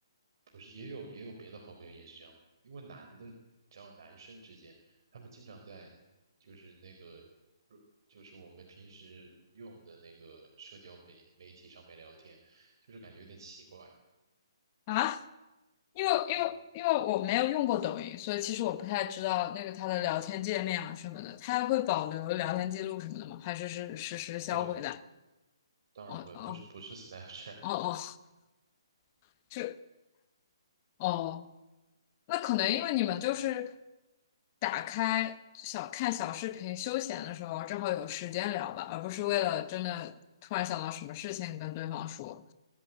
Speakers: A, on the right; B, on the left.
A: 不是也有也有别的好朋友也是这样，因为男的，只要男生之间，他们经常在就是那个。就是我们平时用的那个社交媒媒体上面聊天，就是感觉有点奇怪，
B: 啊？因为因为因为我没有用过抖音，
A: 嗯，
B: 所以其实我不太知道那个它的聊天界面啊什么的，它会保留聊天记录什么的吗？还是是实时销毁的？
A: 会。当然会，
B: 哦哦
A: 不是不是 <laughs> Snapchat，
B: 哦哦，<laughs> 就哦，那可能因为你们就是打开小看小视频休闲的时候，正好有时间聊吧，而不是为了真的突然想到什么事情跟对方说。